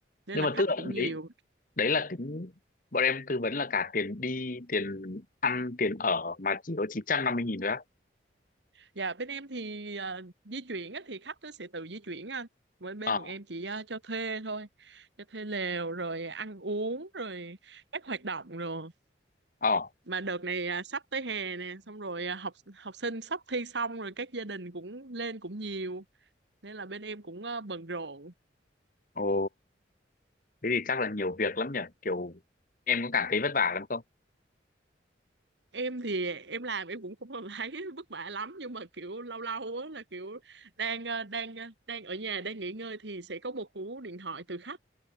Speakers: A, on the right (about 75°); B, on the left (about 45°).
A: nên
B: nhưng
A: là
B: mà
A: khách
B: tức là
A: cũng nhiều
B: đấy đấy là tính bọn em tư vấn là cả tiền đi tiền ăn tiền ở mà chỉ có chín trăm năm mươi nghìn thôi á
A: và bên em thì à, di chuyển á thì khách nó sẽ tự di chuyển anh bên bên
B: ờ
A: bọn em chỉ à, cho thuê thôi cho thuê lều rồi ăn uống rồi các hoạt động rồi
B: ờ
A: mà đợt này à, sắp tới hè nè xong rồi à, học học sinh sắp thi xong rồi các gia đình cũng lên cũng nhiều nên là bên em cũng ờ, bận rộn
B: ồ thế thì chắc là nhiều việc lắm nhỉ kiểu em có cảm thấy vất vả lắm không
A: em thì em làm em cũng không còn thấy <laughs> vất vả lắm nhưng mà kiểu lâu lâu á là kiểu đang ờ, đang ờ, đang ở nhà đang nghỉ ngơi thì sẽ có một cú điện thoại từ khách